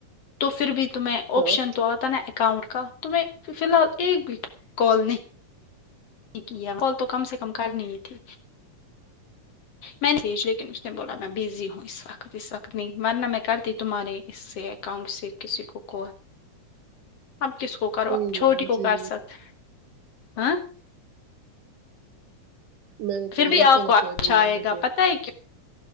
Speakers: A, on the left; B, on the right.
A: تو پھر بھی تمہیں آپشن
B: ہاں
A: تو آتا نا اکاؤنٹ کا تمہیں فی الحال ایک بھی کال نہیں یک ہے فال تو کم سے کم کرنی تھی میںج لیکن اس نے بولا میں بزی ہوں اس وقت اس وقت نہیں ورن میں کرتی تمہارے سے اکاؤنٹ سے کسی کو کول اب کس کو کرو
B: کوئی
A: آپ چھوٹی
B: نہ مجھے
A: کو کر سکتے ہاں
B: میں نے
A: پھر
B: بولا
A: بھی آپ
B: تھا
A: کو
B: نا
A: اچھا
B: پہلے
A: آئے
B: مجھے
A: گا پتا ہے کیا